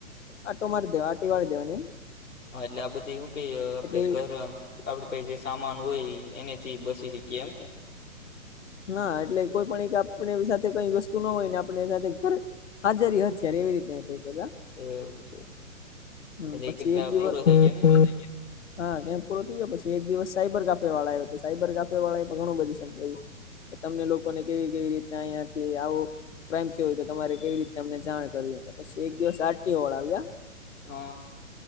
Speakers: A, on the left; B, on the left.
A: આટો મારી દેવા આટી વાળી દેવાની એમ.
B: હા એટલે આ બધે એવું કે આપડે
A: એટલે
B: ઘરમ આપડ જે સામાન હોય એનેથી બસી શકીયા એમને.
A: ના એટલે કોઈ પણ એક આપણે સાથે કઈ વસ્તુ ના હોય ને આપણે સાથે ઘર હાજરી હત્યારે એવી રીતે થ કદા.
B: એ એવું છે.
A: હમ્મ
B: એટલે
A: પછી
B: એ કેટલા
A: એક દિવસ
B: પૂરો
A: થ
B: થઈ ગયા એમને
A: હા કેમ પૂરો થ ગયો પછ એક દિવસ સાયબર કાફે વાળા આવ્યો તો સાયબર કાફે વાળા પણ ઘણું બધું સમજાયું. તમને લોકોને કેવી કેવી રીતના અહિયાંથી આવો ક્રાઈમ થયો હોય તો તમારે કેવી રીત અમને જાણ કરવી પછી એક દિવસ આરટીઓ વાળા આવ્યા
B: હા.